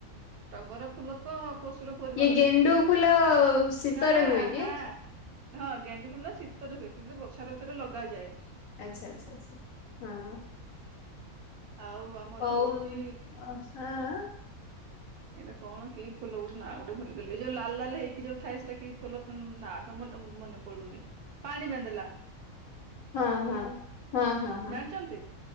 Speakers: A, on the right (about 85°); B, on the left (about 70°).
A: ଟଗର ଫୁଲ ତ ପ୍ରଶୁର ପରିମାଣରେ
B: ଇଏ ଗେଣ୍ଡୁ
A: ଫୁଟେ,
B: ଫୁଲ ଶୀତରେ
A: ହାଁ
B: ହୁଏ କି?
A: ହାଁ। ହଁ ଗେଣ୍ଡୁ ଫୁଲ ଶୀତରେ ହୁଏ କିନ୍ତୁ ବର୍ଷା ଋତୁରେ ଲଗାଯାଏ।
B: ଆଚ୍ଛା ଆଚ୍ଛା ଆଛା, ହଁ।
A: ଆଉ ଆମର
B: ହଉ
A: ହଉଛି
B: <unintelligible>
A: ଏଇଟା କଣ କି ଫୁଲ ଗୋଟେ ନା ଗୋଟେ ଭୁଲିଗଲି, ଯୋଉ ଲାଲ ଲାଲ ହେଇି ଯୋଉ ଥାଏ, ସେଇଟା କି ଫଲ ତ ନାଁ <unintelligible> ପଡୁନି, ପାଣି ବନ୍ଦେଲା
B: ହଁ ହଁ, ହଁ ହଁ ହଁ,
A: ଜାଣିଛନ୍ତି